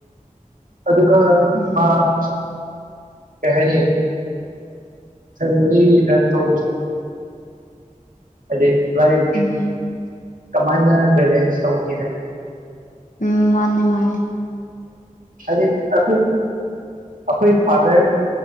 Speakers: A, on the right; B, on the left.
A: <inaudible> ꯑꯗꯨꯒ
B: ꯎꯝ
A: ꯃꯥꯅ ꯀꯍꯅꯤ ꯐꯃꯔꯤ ꯔꯟ ꯇ ꯑꯣ ꯀ ꯂꯥꯏꯛ
B: ꯎꯝ
A: ꯀꯃꯥꯏꯅ ꯕꯦꯂꯦꯟꯁ ꯇꯧꯅꯤ ꯍꯥꯏꯗꯣ
B: ꯎꯝ ꯃꯥꯅꯤꯅꯦ ꯃꯥꯅꯤ
A: ꯍꯥꯏ ꯑꯩꯈꯣꯏ ꯑꯩꯈꯣꯏ ꯐꯥꯗꯔ